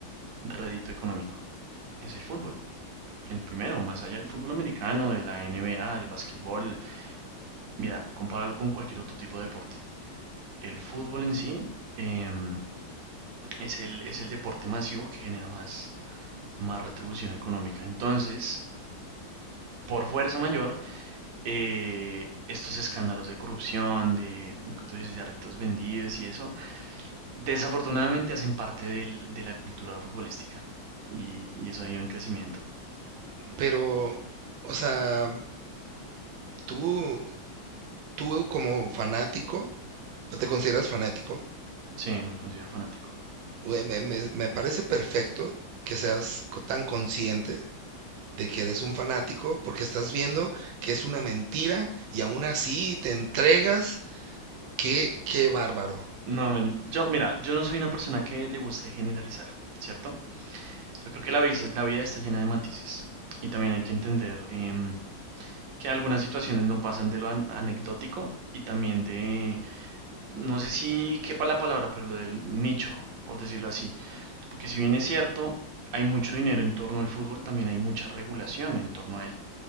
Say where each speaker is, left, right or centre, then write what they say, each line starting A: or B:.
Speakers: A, on the right; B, on the right.
A: rédito económico? Es el fútbol. El primero, más allá del fútbol americano, de la NBA, del básquetbol. Mira, compáralo con cualquier otro tipo de deporte. El fútbol en sí eh, es, el, es el deporte masivo que genera más, más retribución económica. Entonces, por fuerza mayor, eh, estos escándalos de corrupción, de lo que tú dices, de árbitros vendidos y eso, Desafortunadamente hacen parte del- de la cultura futbolística y, y eso ha ido en crecimiento.
B: Pero, o sea, tú, tú como fanático, ¿No ¿Te consideras fanático?
A: Sí, me considero fanático.
B: Güey, me, me- me parece perfecto que seas co- tan consciente de que eres un fanático porque estás viendo que es una mentira y aún así te entregas. Qué, qué bárbaro.
A: No, men, yo, mira, yo no soy una persona que le guste generalizar, ¿cierto? Yo creo que la, vis- la vida está llena de matices y también hay que entender em, que algunas situaciones no pasan de lo an- anecdótico y también de, no sé si quepa la palabra, pero lo del nicho, por decirlo así. Porque si bien es cierto, hay mucho dinero en torno al fútbol, también hay mucha regulación en torno a él.